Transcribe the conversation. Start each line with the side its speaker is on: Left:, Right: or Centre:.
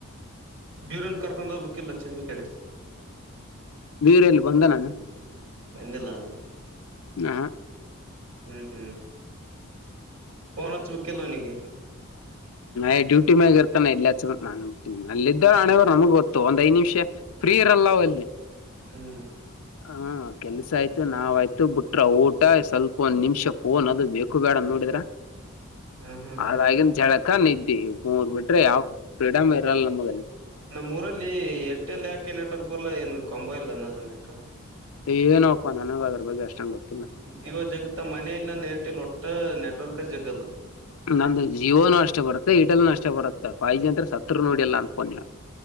Right: ಬ್ಯೂರನ್ ಕರ್ಕೊಂಡ ಹೋಗಬೇಕ ಇಲ್ಲ ಸಂಜಿ ಕಡೆ
Left: ಬೀರ ಎಲ್ಲಿ ಬಂದನ.
Right: ಬಂದಿಲ್ಲ.
Left: ಹ
Right: ಹ್ಮ ಹ್ಮ ಫೋನ್ ಹಚ್ಬೇಕಿಲ್ಲ ಅವನಿಗ
Left: ಎ ಡ್ಯೂಟಿ ಮ್ಯಾಗ ಇರ್ತಾನ ಎಲ್ಲ ಹಚ್ಬೇಕ ನಾನ ಅಲ್ಲಿದ್ದ ಹಣೆವರ ನಮ್ಗ ಗೋತ್ತು ಒಂದ್ ಐದ ನಿಷ ಫ್ರೀ ಇರಲ್ಲ ಅವಲ್ಲಿ
Right: ಹ್ಮ್
Left: ಹ ಕೆಲ್ಸ ಆಯ್ತು ನಾವಾಯ್ತು ಬಿಟ್ರ ಊಟ ಸ್ವಲ್ಪ ಒಂದ ನಿಮಿಷ ಫೋನ್ ಅದ ಬೇಕು ಬೇಡ ನೋಡಿದ್ರ
Right: ಹ್ಮ್ ಹ್ಮ್
Left: ಆದಾಗಿನ್ ಜಳ ಕ ನಿದ್ದಿ ಮುರ ಬಿಟ್ರ ಯಾವ ಫ್ರೀಡಂ ಇರಲ್ಲ ನಮಗ
Right: ನಮ್ಮ ಊರಲ್ಲಿ ಏರ್ಟೆಲ್ ಯಾಕೆ ನೆಟ್ವರ್ಕ್ ಬರ್ಲ್ಲ ಏನ ಕಂಬೋ ಇಲ್ಲ ಏನ ಅದ ನೆಟ್ವರ್ಕ್
Left: ಏನೋಪ್ಪಾ ನನಗ ಅದ್ರ ಬಗ್ಗೆ ಅಷ್ಟ ಗ
Right: ಜಿಯೋ ಜಗತ್ತ ಮನೇಲಿ ನನ್ ಏರ್ಟೆಲ್ ಒಟ್ಟ ನೆಟ್ವರ್ಕ್ ಜಗಲ್ಲ.
Left: ನಂದ ಜಿಯೋಣ ಏರ್ಟೆಲ್ನು ಅಷ್ಟೇ ಬರೋದು. ಫೈಜಿ ಅಂತ್ರ ಸತ್ರು ನೋಡಿಲ್ಲ ನ ಫೋನ್ ನ್ಯಾ